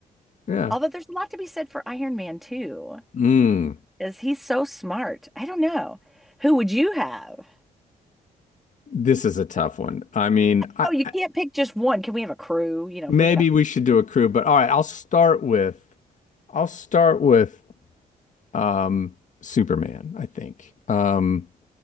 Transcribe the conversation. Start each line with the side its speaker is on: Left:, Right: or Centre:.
Left: yeah.
Centre: Although there's a lot to be said for Iron Man too,
Left: Mm.
Centre: because he's so smart. I don't know. Who would you have?
Left: This is a tough one. I mean, I,
Centre: Oh, you
Left: I-
Centre: can't pick just one. Can we have a crew? You know,
Left: maybe
Centre: if we could have,
Left: we should do a crew, but all right, I'll start with I'll start with um Superman, I think. Um